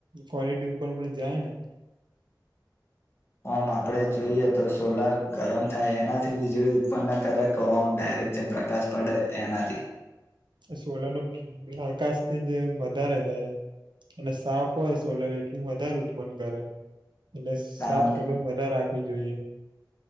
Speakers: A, on the right (about 85°); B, on the left (about 35°).
A: ક્લિટી ઉપર પણ જાય ને
B: ઓમ આપણે જોઈએ તો સોલાર ગરમ થાય એનાથી વીજળી ઉત્પન્ન કરે તો ઓમ ડાયરેક્ટ જે પ્રકાશ પડે એનાથી
A: સોલર ન આકાશથી જ વધારે થાય અને સાફ હોય સોલર એટલું વધારે ઉત્પન્ન કરે, એટલે સાફ
B: કારણ
A: સભાઈ વધા રાખે હો જોઈએ